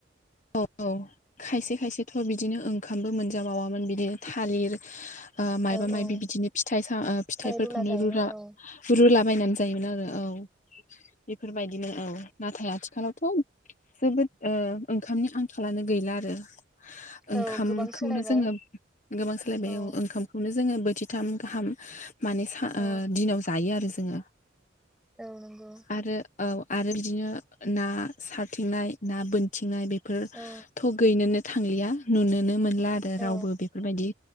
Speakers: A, on the left; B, in the centre.
A: औ औ खायसे खायसे थ बिदिनो ओंखामबो मोनजा बावामोन बिदिनो थालिर, ओ मायबा
B: औ
A: मायबि
B: औ
A: बिदिनो फिथाइ सा फिथाइफोरखौनो
B: थालिर रुना जायोमोन
A: रुला
B: औ
A: रुलाबायनानै जायोमोन आरो औ बेफोरबायदिनो औ नाथाय आथिखालावथ' जोबोद ओंखामनि आंखालानो गैला आरो ओंखामखौनो
B: औ गोबां सोलायबाय
A: जोङो गोबां सोलायबाय
B: औ
A: ओंखामखौनो जोङो बोथिथाम गाहाम माने
B: औ
A: दिनाव जायो आरो जोङो।
B: औ नंगौ
A: आरो औ आरो बिदिनो ना सारथिंनाय ना बोनथिंनाय बेफोरथ'
B: औ
A: गैनोनो थांलिया नुनोनो मोनला आरो
B: औ
A: रावबो बेफोरबायदि